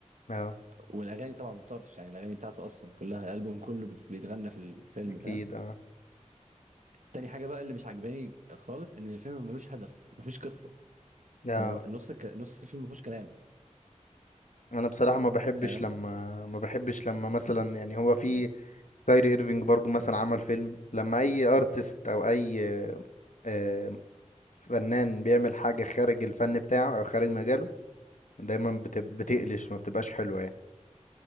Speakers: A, on the left; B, on the right.
A: اه
B: والاغاني طبعا طرش يعني الاغاني بتاعته اصلا كلها الالبوم كله بت... بيتغنى في الفيلم
A: اكيد
B: فاهم
A: اه
B: تاني حاجة بقى اللي مش عجباني خالص ان الفيلم ملوش هدف مفيش قصة
A: اه
B: هو نص الك... نص الفيلم مفيهوش كلام
A: انا بصراحة ما بحبش
B: فاهم
A: لما ما بحبش لما مثلا يعني هو في كايري ايرفينج برضو مثلا عمل فيلم لما اي ارتست او اي آه، فنان بيعمل حاجة خارج الفن بتاعه او خارج مجاله دايما بت- بتقلش ما بتبقاش حلوة يعني